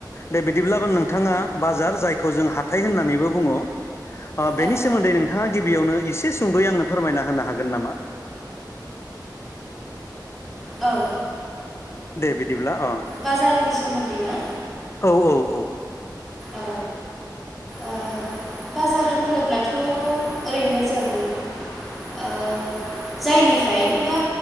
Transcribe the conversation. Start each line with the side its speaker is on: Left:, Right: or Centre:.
Left: दे बिदिब्लाबो नोंथाङा बाजार जायखौ जों हाथाय होननानैबो बुङो। ओ
Centre: औ
Left: बेनि सोमोन्दै नोंथाङा? गिबियावनो एसे सुंद'यै आंनो फोरमायना होनो हागोन नामा?
Centre: औ
Left: दे बिदिब्ला अ
Centre: बाजारनि सोमोन्दै ना?
Left: औ औ औ।
Centre: औ ओ बाजार होनोब्लाथ' ओरै'नो जों ओ जायनिफ्राय बा